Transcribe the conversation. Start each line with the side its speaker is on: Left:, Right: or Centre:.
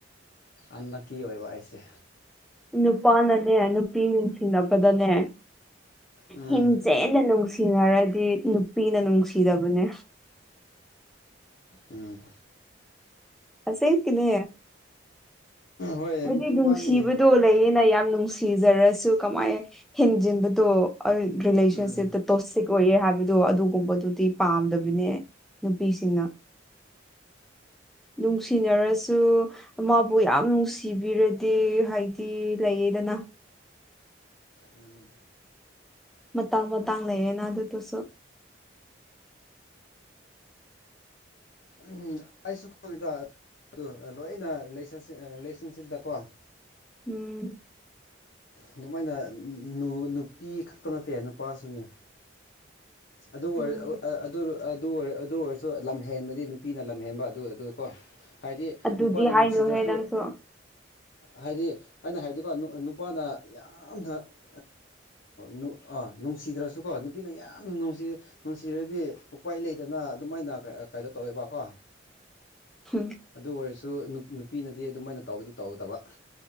Left: ꯑꯟꯂꯛꯀꯤ ꯑꯣꯏꯕ ꯑꯩꯁꯦ
Centre: ꯅꯨꯄꯥꯅꯅꯦ ꯅꯨꯄꯤ ꯅꯨꯡꯁꯤꯅꯕꯗꯅꯦ
Left: ꯎꯝ
Centre: ꯍꯤꯡꯖꯦꯟꯅ ꯅꯨꯡꯁꯤ ꯅꯨꯡꯁꯤꯅꯔꯗꯤ ꯅꯨꯄꯤꯅ ꯅꯨꯡꯁꯤꯗꯕꯅꯦ
Left: ꯎꯝ
Centre: ꯑꯁꯦꯡꯀꯤꯅꯦ
Left: ꯍꯣꯏ
Centre: ꯍꯥꯏꯗꯤ
Left: ꯃꯥꯅꯤ
Centre: ꯅꯨꯡꯁꯤꯕꯗꯣ ꯂꯩꯌꯦꯅ ꯌꯥꯝ ꯅꯨꯡꯁꯤꯖꯔꯁꯨ ꯀꯃꯥꯏ ꯍꯦꯟꯖꯤꯟꯕꯗꯣ ꯔꯤꯂꯦꯁꯟꯁꯤꯞꯇ
Left: ꯎꯝ
Centre: ꯇꯣꯁꯤꯛ ꯑꯣꯏꯌꯦ ꯍꯥꯏꯕꯗꯣ ꯑꯗꯨꯒꯨꯝꯕꯗꯨꯗꯤ ꯄꯥꯝꯗꯕꯅꯦ ꯅꯨꯄꯤꯁꯤꯡꯅ ꯅꯨꯡꯁꯤꯅꯔꯁꯨ ꯑꯃꯕꯨ ꯌꯥꯝ ꯅꯨꯡꯁꯤꯕꯤꯔꯗꯤ ꯍꯥꯏꯗꯤ ꯂꯩꯌꯦꯗꯅ
Left: ꯎꯝ
Centre: ꯃꯇꯥꯡ ꯃꯇꯥꯡ ꯂꯩꯌꯦꯅ ꯑꯗꯨꯗꯨꯁꯨ
Left: ꯎꯝ ꯑꯩꯁꯨ <unintelligible> ꯑꯗꯨ ꯂꯣꯏꯅ ꯔꯤꯂꯦꯁꯟꯁꯤ ꯔꯤꯂꯦꯁꯟꯁꯤꯞꯇꯀꯣ
Centre: ꯎꯝ
Left: ꯑꯗꯨꯃꯥꯏꯅ ꯅꯨ ꯅꯨꯄꯤ ꯈꯛꯇ ꯅꯠꯇꯦ ꯅꯨꯄꯥꯁꯨꯅꯤ
Centre: <inaudible>
Left: ꯑꯗꯨ
Centre: ꯎꯝ
Left: ꯑꯣꯏꯔ <unintelligible> ꯑꯗꯨ ꯑꯣꯏꯔꯁꯨ ꯂꯝ ꯍꯦꯟꯕꯗꯤ ꯅꯨꯄꯤꯅ ꯂꯝꯍꯦꯟꯕ ꯑꯗꯨ ꯑꯗꯨꯀꯣ ꯍꯥꯏꯗꯤ
Centre: ꯑꯗꯨꯗꯤ
Left: ꯅꯨꯄꯥꯅ ꯅꯨꯡꯁꯤꯗ꯭ꯔꯁꯨ
Centre: ꯍꯥꯏꯅꯨꯍꯦ ꯅꯪꯁꯨ
Left: ꯍꯥꯏꯗꯤ ꯑꯩꯅ ꯍꯥꯏꯕꯗꯤꯀꯣ ꯅꯨꯄꯥꯅ ꯌꯥꯝꯅ ꯑ ꯅꯨ ꯅꯨꯡꯁꯤꯗ꯭ꯔꯁꯨꯀꯣ ꯅꯨꯄꯤꯅ ꯌꯥꯝꯅ ꯅꯨꯡꯁꯤ ꯅꯨꯡꯁꯤꯔꯗꯤ ꯎꯄꯥꯏ ꯂꯩꯇꯅ ꯑꯗꯨꯃꯥꯏꯅ ꯀꯩꯅꯣ ꯇꯧꯋꯦꯕꯀꯣ
Centre: <unintelligible>
Left: ꯑꯗꯨ ꯑꯣꯏꯔꯁꯨ ꯅꯨꯄꯤꯅꯗꯤ ꯑꯗꯨꯃꯥꯏꯅ ꯇꯧꯕꯗꯤ ꯇꯧꯗꯕ